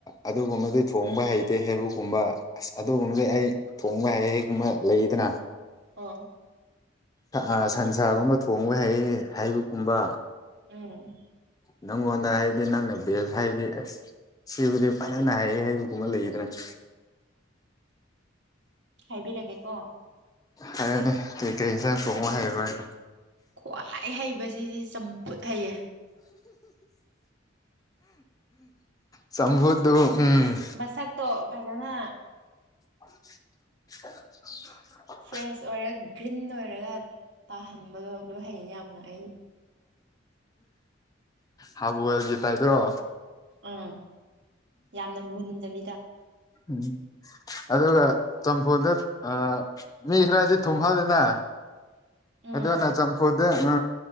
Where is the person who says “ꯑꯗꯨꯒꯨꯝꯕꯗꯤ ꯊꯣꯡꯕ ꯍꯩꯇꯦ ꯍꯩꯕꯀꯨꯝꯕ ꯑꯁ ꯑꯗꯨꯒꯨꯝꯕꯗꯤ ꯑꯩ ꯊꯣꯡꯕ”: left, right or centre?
Left